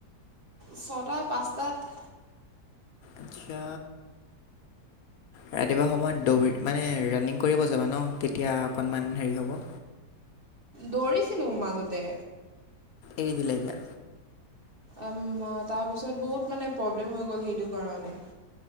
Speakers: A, on the right (about 40°); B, on the left (about 70°).
A: ছটা পাঁচটাত
B: আচ্ছা ৰাতিপুৱা সময়ত দৌৰি মানে ৰানিং কৰিব যাবা ন তেতিয়া অকনমান হেৰি হ'ব।
A: দৌৰিছিলো মাজতে
B: এৰি দিলে এতিয়া।
A: উম অ তাৰপিছত বহুত মানে প্ৰব্লেম হৈ গ'ল সেইটো কাৰণে।